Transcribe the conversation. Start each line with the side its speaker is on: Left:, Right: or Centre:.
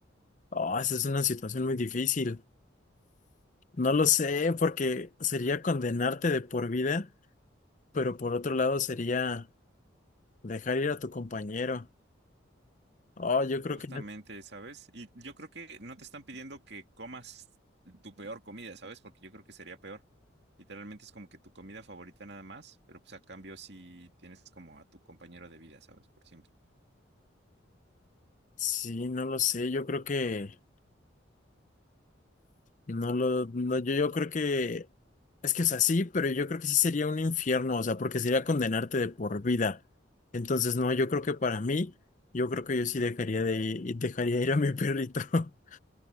Left: Oh, esa es una situación muy difícil. No lo sé, porque sería condenarte de por vida, pero por otro lado sería dejar ir a tu compañero. Oh, yo creo
Right: Justamente,
Left: que no,
Right: ¿sabes? Y yo creo que no te están pidiendo que comas tu peor comida, ¿sabes? Porque yo creo que sería peor. Literalmente es como que tu comida favorita nada más, pero pues a cambio sí tienes como a tu compañero de vida, ¿sabes? Por siempre.
Left: sí, no lo sé, yo creo que No lo, no, yo, yo creo que es que o sea, sí, pero yo creo que sí sería un infierno, o sea, porque sería condenarte de por vida. Entonces, no, yo creo que para mí, yo creo que yo sí dejaría de ir, dejaría ir a mi perrito. <laughs>